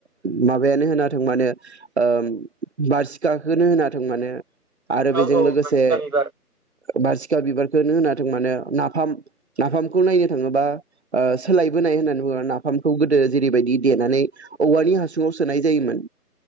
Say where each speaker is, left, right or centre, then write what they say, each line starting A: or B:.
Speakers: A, on the right (about 40°); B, on the right (about 60°).
A: माबायानो होनाथों माने ओम बारसिखाखोनो होनाथों मानो आरो बेजों
B: औ औ
A: लोगोसे
B: बासिखा बिबार
A: बारसिखा बिबारखौनो होनाथों मानो नाफाम नाफामखौ नायो थांङोबा सोलायबोनाय होननानै बुंङो आरो नाफामखौ गोदो जैरैबायदि देनानै औवानि हासुं सुङाव सोनाय जायोमोन।